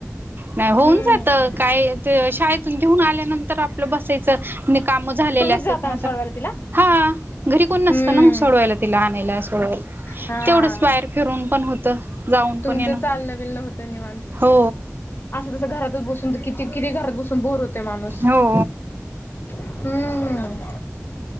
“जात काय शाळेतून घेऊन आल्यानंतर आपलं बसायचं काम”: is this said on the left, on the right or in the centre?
Right